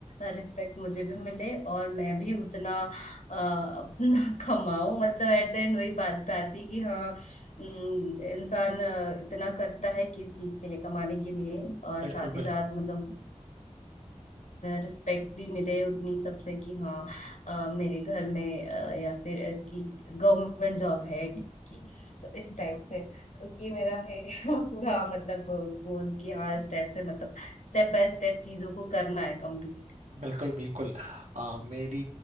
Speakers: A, on the left; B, on the right.
A: रिस्पेक्ट मुझे भी मिले और मैं भी उतना अ, अपना <laughs> कमाऊं मतलब एट द एंड वही बात पे आती है कि हाँ हम्म, इंसान अ, इतना करता है किस चीज के लिए कमाने के लिए और
B: बिल्कुल
A: साथ ही
B: बिल्कुल
A: साथ मतलब रिस्पेक्ट भी मिले उतनी सबसे कि हाँ अ, मेरे घर में अ, या फिर अ, कि गवर्नमेंट जॉब है कि तो इस टाइप से तो ये मेरा है <laughs> पूरा मतलब गोल कि हाँ इस टाइप से मतलब स्टेप बाय स्टेप चीजों को करना है कंप्लीट
B: बिल्कुल बिल्कुल अ, मेरी